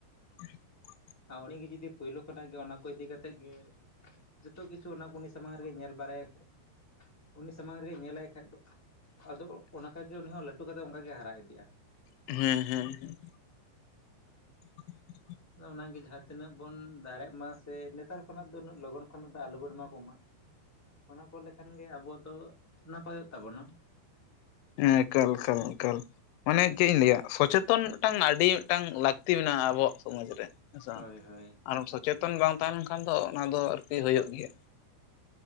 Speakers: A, on the left (about 85°); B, in the centre.
A: <inaudible>
B: ᱟᱨ ᱩᱱᱤ ᱜᱮ ᱡᱩᱫᱤ ᱯᱳᱭᱞᱳ ᱠᱷᱚᱱᱟᱜ ᱜᱮ ᱚᱱᱟ ᱠᱚ ᱤᱫᱤ ᱠᱟᱛᱮᱮᱫ ᱜᱮ᱾ ᱡᱚᱛᱚ ᱠᱤᱪᱷᱩ ᱚᱱᱟ ᱩᱱᱤ ᱥᱟᱢᱟᱝ ᱨᱮᱜᱮ ᱧᱮᱞ ᱵᱟᱨᱟᱭᱟᱭ ᱠᱷᱟᱡ ᱩᱱᱤ ᱥᱟᱢᱟᱝ ᱨᱮᱜᱮ ᱧᱮᱞᱟᱭ ᱠᱷᱟᱡ ᱫᱚ ᱟᱫᱚ ᱚᱱᱟᱠᱟᱜᱮ, ᱩᱱᱤ ᱦᱚᱸ ᱞᱟᱹᱴᱩ ᱠᱟᱛᱮᱫ ᱚᱱᱠᱟᱜᱮ ᱦᱟᱨᱟ ᱤᱫᱤᱜᱼᱟ᱾
A: ᱦᱮᱸ ᱦᱮᱸ᱾ <inaudible>
B: ᱟᱫᱚ ᱚᱱᱟᱜᱮ ᱡᱟᱦᱟᱸ ᱛᱤᱱᱟᱹᱜ ᱵᱚᱱ ᱫᱟᱲᱮᱜ ᱢᱟ ᱥᱮ ᱱᱮᱛᱟᱨ ᱠᱷᱚᱱᱟᱜ ᱫᱚ ᱩᱱᱟᱹᱜ ᱞᱚᱜᱚᱱ ᱠᱷᱚᱱᱟᱜ ᱫᱚ ᱟᱞᱚ ᱵᱚᱱ ᱮᱢᱟ ᱠᱚᱢᱟ᱾ ᱚᱱᱟ ᱠᱚ ᱞᱮᱠᱷᱟᱱ ᱜᱮ ᱟᱵᱚᱣᱟᱜ ᱫᱚ ᱱᱟᱯᱟᱭᱚᱜ ᱛᱟᱵᱚᱱᱟ᱾
A: ᱦᱮᱸ ᱮᱠᱟᱞ ᱮᱠᱟᱞ ᱮᱠᱟᱞ ᱢᱟᱱᱮ ᱪᱮᱫ ᱤᱧ ᱞᱟᱹᱭᱟ ᱥᱚᱪᱮᱛᱚᱱ ᱢᱤᱫᱴᱟᱝ ᱟᱹᱰᱤ ᱢᱤᱫᱴᱟᱝ ᱞᱟᱹᱠᱛᱤ ᱢᱮᱱᱟᱜᱼᱟ᱾ ᱟᱵᱚᱣᱟᱜ ᱥᱚᱢᱟᱡᱽ ᱨᱮ ᱦᱮᱸ ᱥᱮ ᱵᱟᱝ
B: ᱦᱳᱭ ᱦᱳᱭ
A: ᱟᱨ ᱥᱚᱪᱮᱛᱚᱱ ᱵᱟᱝ ᱛᱟᱦᱮᱸ ᱞᱮᱱᱠᱷᱟᱱ ᱫᱚ ᱚᱱᱟ ᱫᱚ ᱟᱨᱠᱤ ᱦᱳᱭᱳᱜ ᱜᱮᱭᱟ᱾